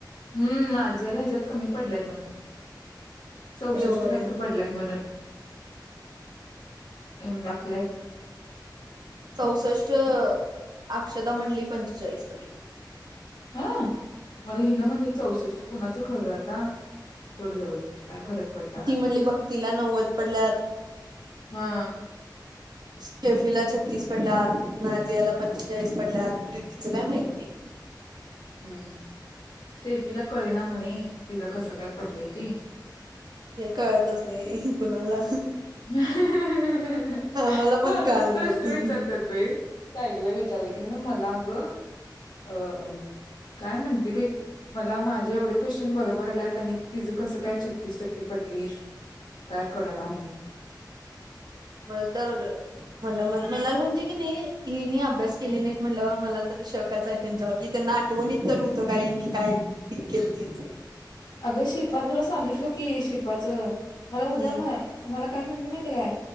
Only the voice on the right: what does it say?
होय
चौसष्ट अ आ - अक्षता म्हणाली पंचेचाळीस पडलेत.
ती
म्हणली भक्तीला नव्वद पडल्यात
स्टेफि ला छत्तीस पडल्यात, नाजियाला ला पंचेचाळीस पडल्यात प्रीतीचं काय माहिती नाही.
हे कळतच नाही कुणाला
आम्हाला
पण कळालं
नव्हतं.
म तर म्हणलं, मला म्हणजे की नाही ह मी अभ्यास केले नाही म्हटल्यावर मला तर शकाच आहे त्यांच्यावर कि त्यांना आठवणीत तर होतं काही मी काय पिक केली?
हम्म.